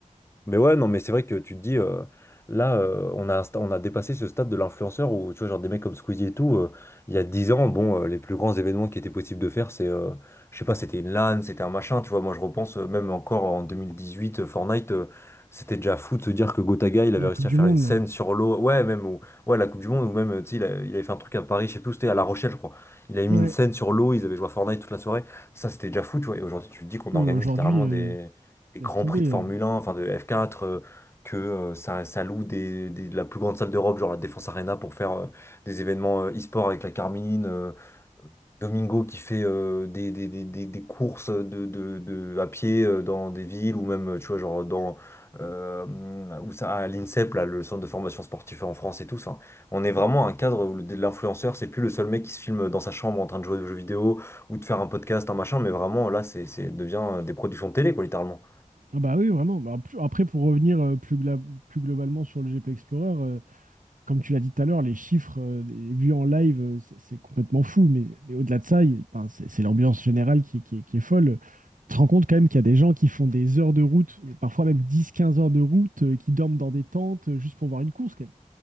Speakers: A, on the left; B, on the right.
A: mais ouais, non, mais c'est vrai que tu te dis, euh, là, euh, on a, un sta- on a dépassé ce stade de l'influenceur où, tu vois, genre des mecs comme Squeezie et tout, euh, il y a 10 ans, bon, euh, les plus grands événements qui étaient possibles de faire, c'est, euh, je sais pas, c'était une LAN, c'était un machin, tu vois, moi je repense euh, même encore en 2018, euh, Fortnite, euh, c'était déjà fou de se dire que Gotaga, il avait
B: La
A: réussi
B: Coupe
A: à
B: du
A: faire
B: Monde,
A: une scène
B: là.
A: sur l'eau, ouais, même, ou, ouais, la Coupe du Monde, ou même, euh, tu sais, il, a- il avait fait un truc à Paris, je sais plus où c'était, à La Rochelle, je crois, il avait mis
B: Ouais.
A: une scène sur l'eau, ils avaient joué à Fortnite toute la soirée. Ça, c'était déjà fou, tu vois. Et aujourd'hui, tu te dis qu'on
B: Oui,
A: organise
B: aujourd'hui,
A: littéralement
B: euh,
A: des, des
B: laisse
A: grands
B: tomber.
A: prix de
B: euh.
A: Formule 1, enfin de F4, euh, que euh, ça, ça loue des, des- de la plus grande salle d'Europe, genre la Défense Arena, pour faire euh, des événements euh, e-sport avec la Carmine. euh, Domingo qui fait euh, des, des, des, des- des courses de, de, de- à pied euh, dans des villes ou même, euh, tu vois, genre dans euh, où ça, à l'INSEP, là, le centre de formation sportive en France et tout ça. hein. On est vraiment à un cadre où le- l'influenceur, c'est plus le seul mec qui se filme dans sa chambre en train de jouer aux jeux vidéo ou de faire un podcast, un machin, mais vraiment là, c'est, c'est devient euh, des productions de télé, quoi, littéralement.
B: Ah bah oui, vraiment. Bah, plus- Après, pour revenir euh, plus, gla- plus globalement sur le GP Explorer, euh, comme tu l'as dit tout à l'heure, les chiffres euh, des- vus en live, euh, c'est c'est complètement fou. Mais, mais au-delà de ça, il- enfin, c'est c'est l'ambiance générale qui, qui est qui est folle. Tu te rends compte quand même qu'il y a des gens qui font des heures de route, parfois même dix, quinze heures de route, euh, qui dorment dans des tentes euh, juste pour voir une course. quand même.